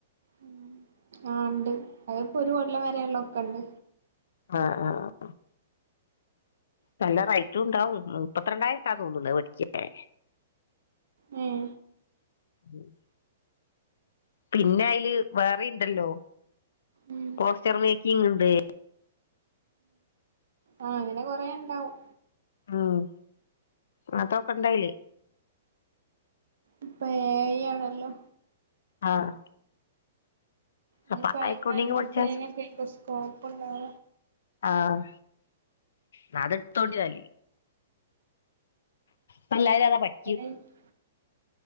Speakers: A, on the right (about 75°); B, on the left (about 75°).
A: ഉം ആഹ് ഉണ്ട് അതിപ്പോ ഒരു കൊല്ലം വരെള്ളൊക്കെണ്ട്
B: ആഹ് ആഹ് നല്ല റൈറ്റും ഉണ്ടാവും മുപ്പത്രണ്ടായിരട്ടാ തോന്നണെ പഠിക്കാൻ ല്ലെ
A: ഉം
B: ഉം. പിന്നെ അയില് വേറെ ഇണ്ടല്ലോ
A: ഉം
B: പോസ്റ്റർ മേക്കിങ് ഇണ്ട്
A: ആഹ് അങ്ങനെ കൊറെ ഉണ്ടാവും
B: ഉം അതൊക്കെ ഇണ്ടയില്
A: ഇപ്പം ഏ അയ് ആണല്ലോ
B: ആഹ്
A: ഇനിപ്പയ്
B: അപ്പൊ ആ അക്കൗണ്ടിങ്
A: അങ്ങത്തെനൊക്കെയ്ക്കും
B: പഠിച്ച
A: സ്കോപ്പുണ്ടാവാ
B: ആഹ് ന അത് എത്തോണ്ടില് പ്പെല്ലരും അതാ പഠി
A: <unintelligible>